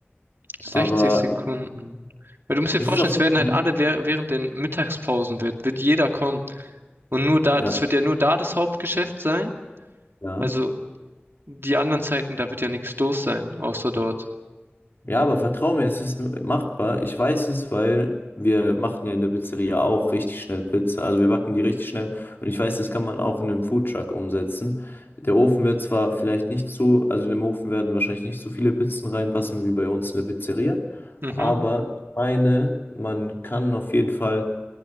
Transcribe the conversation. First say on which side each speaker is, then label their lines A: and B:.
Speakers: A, on the right; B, on the left.
A: 60
B: Aber
A: Sekunden. Weil du musst dir
B: es
A: vorstellen,
B: ist auf
A: es
B: jeden
A: werden
B: Fall.
A: halt alle währ- während den Mittagspausen wird, wird jeder kommen. Und nur da,
B: Ja,
A: das wird ja nur da das Hauptgeschäft sein.
B: ja.
A: Also die anderen Zeiten, da wird ja nichts los sein, außer dort.
B: Ja, aber vertrau mir, es ist machbar. Ich weiß es, weil wir machen ja in der Pizzeria auch richtig schnell Pizza. Also wir backen die richtig schnell. Und ich weiß, das kann man auch in einem Foodtruck umsetzen. Der Ofen wird zwar vielleicht nicht so, also in dem Ofen werden wahrscheinlich nicht so viele Pizzen reinpassen wie bei uns in der Pizzeria.
A: Mhm.
B: Aber ich meine, man kann auf jeden Fall